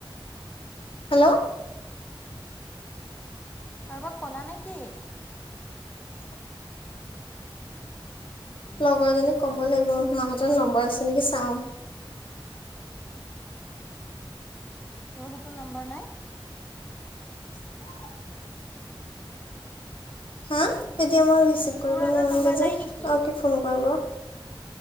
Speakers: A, on the left (about 70°); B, on the left (about 20°).
A: হেল্ল'
B: কাৰোবাৰ কলা নেকি?
A: <inaudible> লগৰ জনীক কব লাগিব মাহতৰ নম্বৰ আছে নেকি চাওঁ।
B: তোৰহাটৰ নাম্বাৰ নাই।
A: <inaudible> হা এতিয়া মই ৰিচিভ কৰিব
B: তোৰ হাতত
A: নোৱাৰিমগে
B: নম্বৰ নাই
A: যে আৰু
B: নেকি
A: কি ফোন কৰিব।